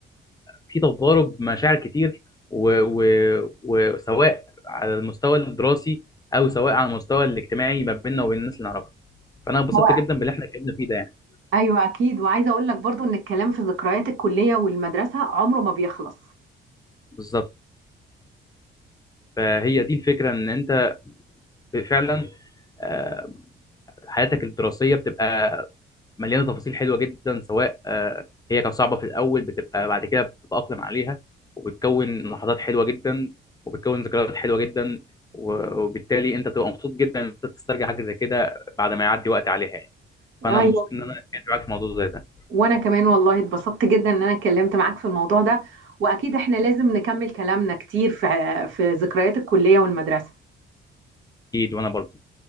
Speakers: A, on the left; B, on the right.
A: في تضارب مشاعر كتير و- و- وسواء على المستوى الدراسي او سواء على المستوى الاجتماعي ما بيننا وبين الناس اللي نعرفها فانا انبسطت
B: هو
A: جدا باللي احنا اتكلمنا فيه ده يعني
B: ايوه اكيد وعايزه اقول لك برضو ان الكلام في ذكريات الكليه والمدرسه عمره ما بيخلص
A: بالظبط فهي دي الفكره ان انت فعلا آه، حياتك الدراسيه بتبقى مليانه تفاصيل حلوه جدا سواء آه، هي كانت صعبه في الاول بتبقى بعد كده بتتاقلم عليها وبتكون لحظات حلوه جدا وبتكون ذكريات حلوه جدا و- وبالتالي انت تبقى مبسوط جدا ان انت تسترجع حاجه زي كده بعد ما يعدي وقت عليها يعني فانا
B: ايوه
A: مبسوط ان انا اتكلمت معاك في الموضوع زي ده
B: وانا كمان والله اتبسطت جدا ان انا اتكلمت معاك في الموضوع ده واكيد احنا لازم نكمل كلامنا كتير في في ذكريات الكلية والمدرسة
A: اكيد وانا برضه